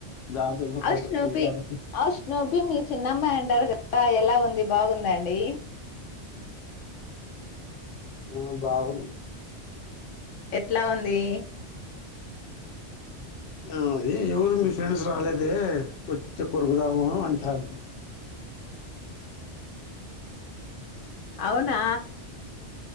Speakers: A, on the left; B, on the left.
A: దాంతో ఇంకా
B: ఔష్నుపి
A: పెద్ద పోట్లాట
B: ఔష్నుపి మీ చిన్నమ్మాంటారుగా ఆ ఎలా ఉంది బాగుంద అండి?
A: ఆ బాగుండు
B: ఎట్లా ఉంది.
A: అ అది ఎవరు మీ ఫ్రెండ్స్ రాలేదే వచ్చే కొరుకుదాము అంటారు
B: అవునా